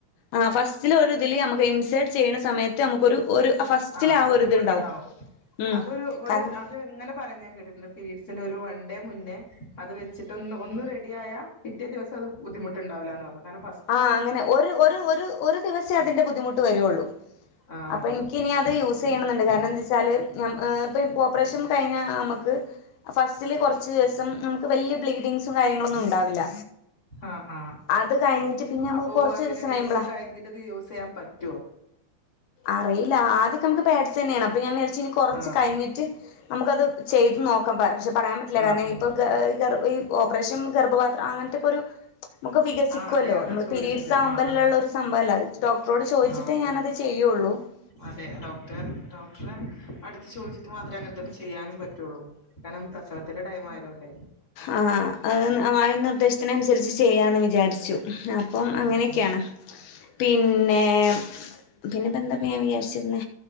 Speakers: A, on the left; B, on the left.
A: ആഹ് ഫസ്റ്റില് ഒരു ഇതില് നമുക്ക് ഇൻസെർട്ട് ചെയ്യണെ സമയ ത്ത് നമുക്കൊരു ഒരു ഫസ്റ്റിലാ
B: ആഹ് ബുദ്ധിമുട്ടുണ്ടാവും
A: ഒര് ഇത്ണ്ടാവും. ഉം
B: അതൊരു ഒരു
A: കാരണം,
B: അത് ഇങ്ങനെ പറയുന്ന ഞാൻ കേട്ടിട്ട്ണ്ട്. പീരീഡ്സിന്റെ ഒരു വൺ ഡേ മുന്നേ അത് വെച്ചിട്ടൊന്ന് ഒന്ന് റെഡിയായാ പിറ്റേ ദിവസം അത് ബുദ്ധിമുട്ടുണ്ടാവുല്ലാന്ന് പർഞ്. കാരണം ഫസ്
A: ആഹ് അങ്ങനെ ഒരു ഒരു ഒരു ദിവസേ അതിൻ്റെ ബുദ്ധിമുട്ട് വരോള്ളൂ.
B: ആഹ്
A: അപ്പൊ
B: അതെ
A: ഇൻക്കിനി അത് യൂസ് ചെയ്യണം ന്ന്ണ്ട് കാരണം എന്താച്ചാല് ഞം ഏഹ് മക് ഓപ്പറേഷൻ കഴിഞ്ഞാ നമക്ക്, ഫസ്റ്റില് കുറച്ചു ദിവസം നമുക്ക് വലിയ ബ്ലീഡിംഗ്സും കാര്യങ്ങളൊന്നും ഉണ്ടാവില്ല.
B: ആഹ് ആഹ്
A: അത് കഴിഞ്ഞിട്ട് പിന്നെ നമുക്ക്
B: അപ്പോ
A: കുറച്ച്
B: അങ്ങനെ
A: ദിവസം
B: ഡെലിവറി
A: കഴിയുമ്പളാ
B: കഴിഞ്ഞിട്ട്ത് യൂസ് ചെയ്യാൻ പറ്റോ?
A: അറീല്ല. ആദ്യൊക്കെ നമക്ക് പേഡ്സെന്നേണ്. അപ്പൊ ഞാൻ വിചാരിച്ച് ഇനി കൊറച്ച്
B: ആഹ്
A: കഴിഞ്ഞിട്ട് നമുക്കത് ചെയ്ത് നോക്കാം. പ പക്ഷെ പറയാൻ പറ്റില്ല.
B: ആഹ്
A: കാരണം
B: ആഹ്
A: ഇപ്പോ ഗ ഗർ ഈ ഓപ്പറേഷൻ ഗർഭപാത്രം അങ്ങനത്തൊക്കെ ഒരു നമുക്ക് വികസിക്കുവല്ലോ
B: ആ അതെ അതാ
A: നമ്മള്
B: ചോദിച്ചത്
A: പിരീഡ്സ് ആവുമ്പോല്ലള്ള
B: ആ ആ
A: ഒരു സംഭവമല്ല ഡോക്ടറോട് ചോദിച്ചിട്ട്
B: ആ
A: ഞാനത്. ഹലോ?
B: അതെ ഡോക്ടർ ഡോക്ടർ അടുത്ത് ചോദിച്ചിട്ട് മാത്രേ അങ്ങനെ ചെയ്യാനും പറ്റുള്ളൂ കാരണം പ്രസവത്തിന്റെ ടൈം ആയതൊണ്ട്.
A: ആ അമായായ നിർദ്ദേശത്തിന് അനുസരിച്ച് ചെയ്യാന്ന് വിചാരിച്ചു. ആഹ അപ്പം
B: ഉം
A: അങ്ങനെയൊക്കെയാണ്.
B: ഉം
A: പിന്നെ പിന്നെ എന്താപ്പ ഞാൻ വിചാരിച്ചിരുന്നേ